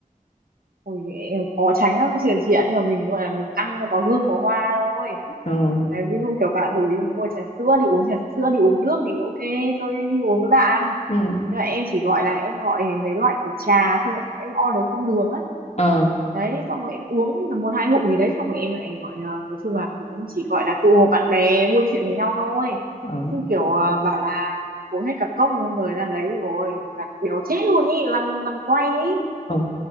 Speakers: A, on the right; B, on the left.
A: Ôi, em khó tránh lắm chị chị ạ nhưng mà mình gọi là mình ăn nó có hương có hoa thôi
B: ờ
A: Đấy, ví dụ kiểu bạn rủ đi mua trà sữa đi uống trà sữa đi uống nước thì ok tôi đi uống với bạn
B: ừ
A: nhưng mà em chỉ gọi là em gọi mấy loại kiểu trà xong rồi em order không đường á
B: ờ
A: đấy xong rồi em uống tầm một hai ngụm gì đấy xong rồi em lại gọi là nói chung là cũng chỉ gọi là tụ họp bạn bè buôn chuyện với nhau thôi
B: ờ
A: chứ kiểu à, bảo là uống hết cả cốc luôn rồi ra lấy rồi đặt béo chết luôn ý lăn lăn quay ý
B: ờ